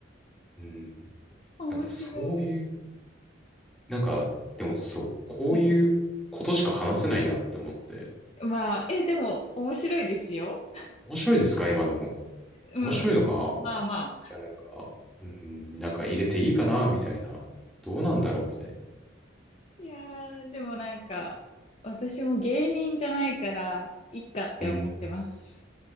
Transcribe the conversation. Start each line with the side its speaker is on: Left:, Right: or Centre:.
Centre: うん、
Left: 面白い。
Centre: なんかそういう、なんか、でもそう、こういうことしか話せないやって思って、
Left: うんまあ、え、でも面白いですよ。
Centre: 面白いですか今の。
Left: うん。
Centre: 面白いのか
Left: まあまあ。
Centre: いや、なんか、うん、なんか入れていいかなみたいな。どうなんだろうみたい
Left: いやー、でもなんか、私も芸人じゃないから、いっかって思ってます。
Centre: な。うん。